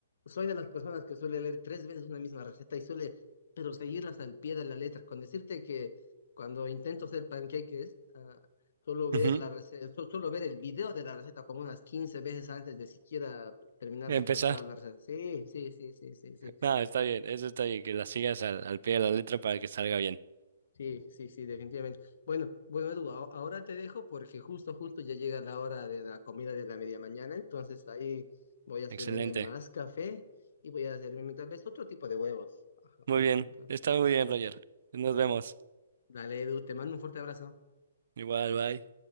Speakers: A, on the left; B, on the right.
A: soy de las personas que suele leer tres veces una misma receta y suele, pero seguirlas al pie de la letra. Con decirte que cuando intento hacer panqueques, ah, suelo ver
B: Ujú.
A: la receta, suelo ver el video de la receta como unas 15 veces antes de siquiera terminar
B: Empezar.
A: de preparar la
B: <laughs>
A: receta. Sí, sí, sí, sí, sí, sí.
B: No, está bien, eso está bien, que la sigas al, al pie de la letra para que salga bien.
A: Sí, sí, sí, definitivamente. Bueno, bueno, Edu, aho- ahora te dejo porque justo, justo ya llega la hora de la comida de la media mañana, entonces ahí voy a servirme
B: Excelente.
A: más café y voy a servirme tal vez otro tipo de huevos. Ajá,
B: Muy
A: eh,
B: bien,
A: pues,
B: está muy bien, Roger. Nos vemos.
A: Dale, Edu, te mando un fuerte abrazo.
B: Igual, bye.